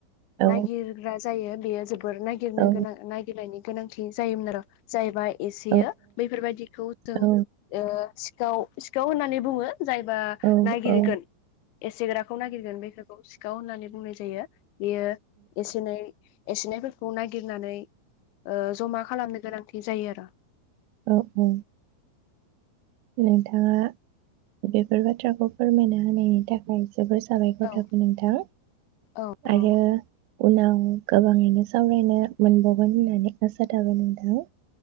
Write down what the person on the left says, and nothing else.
नागिरग्रा जायो बेयाजोब बोर नागिरनो
गोनां नागिरलायनो गोनांथि जायोमोन आरो जायबा एसेयो
बैफोरबायदिखौ जों
सिखाव सिखाव होननानै बुङो। जायबा
नागिरगोन
एसेग्राखौ नागिरगोन बेफोरखौ सिखाव होननानै बुंनाय जायो बेयो एसेनै एसेनायफोरखौ नागिरनानै ओ जमा खालामनो गोनांथि जायो आरो।
औ
औ
औ